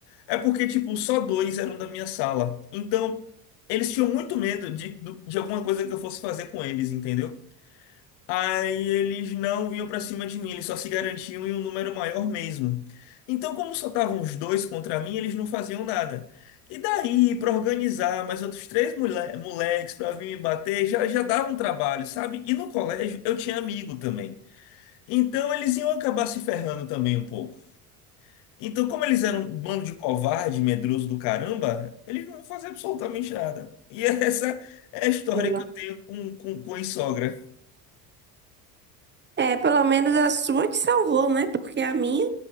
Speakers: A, on the left; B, on the right.
A: É porque, tipo, só dois eram da minha sala. Então, eles tinham muito medo de, do- de alguma coisa que eu fosse fazer com eles, entendeu? Aí eles não vinham pra cima de mim, eles só se garantiam em um número maior mesmo. Então, como só estavam os dois contra mim, eles não faziam nada. E daí, pra organizar mais outros três mole- moleques pra vir me bater, já, já dava um trabalho, sabe? E no colégio eu tinha amigo também. Então, eles iam acabar se ferrando também um pouco. Então, como eles eram um bando de covarde, medroso do caramba, eles não vão fazer absolutamente nada. E <laughs> essa é a história
B: Pena.
A: que eu tenho com, com, com a sogra.
B: É, pelo menos a sua te salvou, né? Porque a minha,